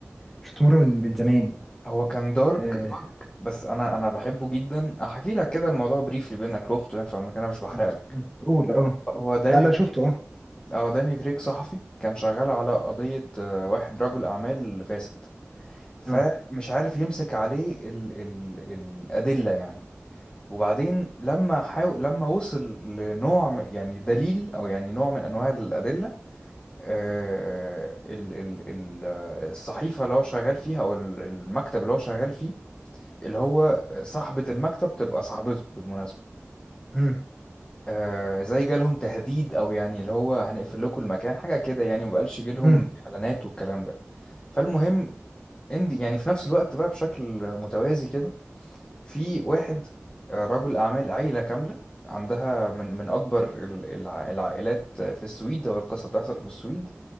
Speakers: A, in the centre; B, on the left (about 20°).
A: شفته مره من من زمان
B: هو كان دارك
A: آه.
B: دارك بس انا انا بحبه جدا هحكي لك كده الموضوع بريفلي بينك شفته يعني فما كان انا مش بحرق
A: مم.
B: لك
A: مم. قول اه
B: هو داني
A: لا لا شفته اه
B: اه داني كريك صحفي كان شغال على قضية آه، واحد رجل اعمال فاسد فمش
A: اه
B: عارف يمسك عليه ال ال الأدلة يعني وبعدين لما حاول لما وصل لنوع م- يعني دليل او يعني نوع من انواع الأدلة آه، ال- ال- ال- آه، الصحيفة اللي هو شغال فيها او ال- المكتب اللي هو شغال فيه اللي هو صاحبة المكتب تبقى صاحبته بالمناسبة
A: مم.
B: آه زي جالهم تهديد او يعني اللي هو هنقفل لكم المكان حاجة كده يعني ومبقالش جالهم
A: مم.
B: اعلانات والكلام ده فالمهم اند يعني في نفس الوقت بقى بشكل متوازي كده في واحد آه، رجل اعمال عيلة كاملة عندها من من اكبر ال- الع- العائلات في السويد او القصة بتحصل في السويد